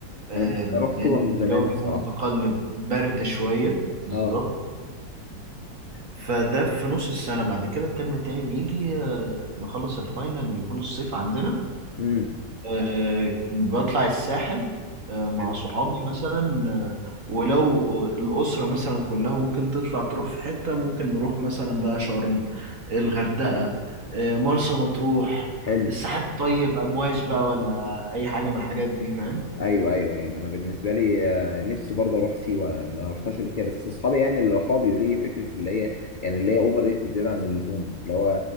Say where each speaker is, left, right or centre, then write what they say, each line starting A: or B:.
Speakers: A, on the right (about 50°); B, on the left (about 55°).
A: آه،
B: انا نفسي
A: لان
B: اروح سيوة من زمان
A: الجو
B: الصراحة
A: بيكون متقلب برد شويه بالظبط
B: اه
A: فده في نص السنه بعد كده الترم التاني بيجي آه، نخلص الفاينل يكون الصيف عندنا
B: امم
A: أه بطلع الساحل أه مع
B: حلو
A: صحابي مثلا أه ولو الأسرة مثلا كلها ممكن تطلع تروح في حتة ممكن نروح مثلا بقى شرم الغردقة أه مرسى مطروح
B: حلو
A: الساحل الطيب أمواج بقى ولا أي حاجة من الحاجات دي فاهم
B: ايوه ايوه ايوه انا بالنسبه لي آه، نفسي برضه اروح سيوه ما رحتهاش قبل كده بس اصحابي يعني اللي راحوا بيقولوا لي فكره اللي هي يعني اللي هي اوفر ريتد زياده عن اللزوم اللي هو